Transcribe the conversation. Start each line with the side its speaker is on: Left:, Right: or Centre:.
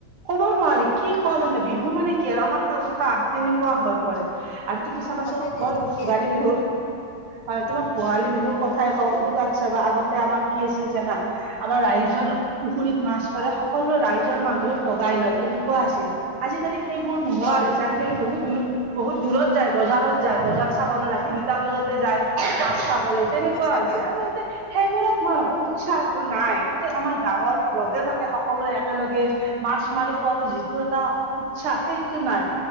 Right: ক'ব নোৱাৰি কি কও মানে বিহু মানে কি আৰু আমাৰ এটা উশাহ তেনেকুৱা হৈ পৰে। আৰু তুমি চাবাচোন
Left: সঁচাকে
Right: কন
Left: ঠিকে
Right: ভোগালী বিহুৰ হয়, তোমাক পোৱালী বিহুৰ কথাই কওঁ উৰুকাত চাবা আগতে আমাৰ কি আছিল জানা আমাৰ ৰাইজ ৰৰ পুখুৰীত মাছ পাৰে সকলোৱে ৰাইজৰ মাজত ভগাই লয় তেনেকুৱা আছিল। আজিকালি! সেইবোৰ নোহোৱা
Left: হয়
Right: হৈ গৈছে, আজিকালি বহুত দূৰ বহুত দূৰত যায় বজাৰত যায় বজাৰ। চাবলৈ ৰাতি দুটা বজাতে যায় মাছ চাবলৈ, তেনেকুৱা
Left: সঁচাকে
Right: হৈছে আচলতে। সেইবোৰত মই ভাবো উৎসাহটো নাই, কিন্তু আমাৰ গাঁৱত লগে-ভাগে সকলোৱে একেলগে। মাছ মাৰি খোৱাটো যিটো এটা উৎসাহ সেইটো নাই,